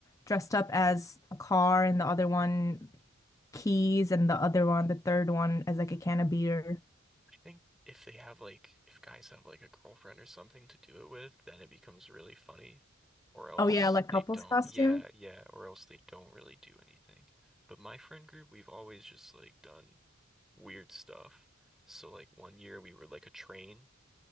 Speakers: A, on the left; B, in the centre.
A: dressed up as a car and the other one keys and the other one, the third one as like a can of beer.
B: I think if they have like if guys have like a girlfriend or something to do it with, then it becomes really funny. Or else
A: Oh yeah, like
B: they
A: couples
B: don't.
A: costume.
B: Yeah, yeah, or else they don't really do anything. But my friend group, we've always just like done weird stuff. So like one year we were like a train.